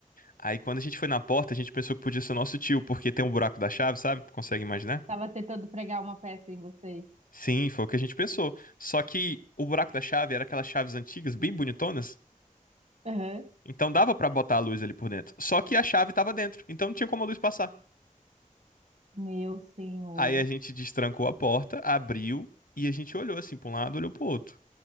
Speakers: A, on the left; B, on the right.
A: Aí quando a gente foi na porta, a gente pensou que podia ser nosso tio, porque tem um buraco da chave, sabe? Consegue imaginar?
B: Tava tentando pregar uma peça em vocês.
A: Sim, foi o que a gente pensou. Só que o buraco da chave era aquelas chaves antigas, bem bonitonas.
B: Aham.
A: Então dava pra botar a luz ali por dentro. Só que a chave tava dentro, então não tinha como a luz passar.
B: Meu senhor.
A: Aí a gente destrancou a porta, abriu e a gente olhou assim pra um lado, olhou pro outro.